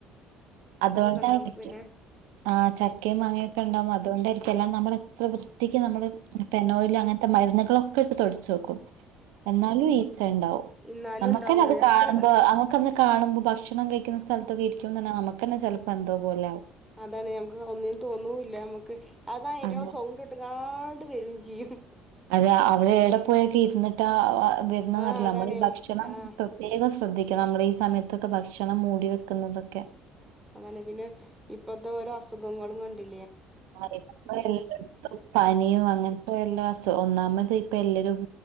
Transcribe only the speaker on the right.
അതു കൊണ്ടായിരിക്കും
ആ ചക്കയും മാങ്ങൊക്കെ ഒണ്ടാവോ അതുകൊണ്ടായിരി ല്ലാം നമ്മുടെ എത്ര ക്ക് നമ്മള് പെനോയിൽ അങ്ങനത്തെ മരുന്നുകളൊ ട്ട് തൊടച്ച് നോക്കും. എന്നാലും ഈച്ച ണ്ടാവും
നമ്മുക്ക്ന്നെ
അത്
കാണുമ്പോ നമുക്കന്ന് കാണുമ്പോ ഭക്ഷ ക്ഷണം കഴിക്കുന്ന സ് സ്ഥലത്തക്കെ ഇരിക്കും നുക്കന്നെ ചിലപ്പോ എന്തോ പോലൊവും
ആവും
അതെ അവര് എവിടെ പോയൊക്കെ ഇരുന്നിട്ട് ആ വരുന്നന്ന്
റില്ല
ന മ്മൾ ഈ ഭക്ഷണം
പ്രത്യേകം ശ്ര ശ്രദ്ധിക്കണം നമ്മള് ഈ സമയത്തൊക്കെ ഭക്ഷണം മൂടി വെക്കുന്നതൊക്കെ
<unintelligible> എല്ലായിടത്തും പനിയും അങ്ങനത്തെ എല്ലാ ഒന്നാമത് ഇപ്പ എല്ലരും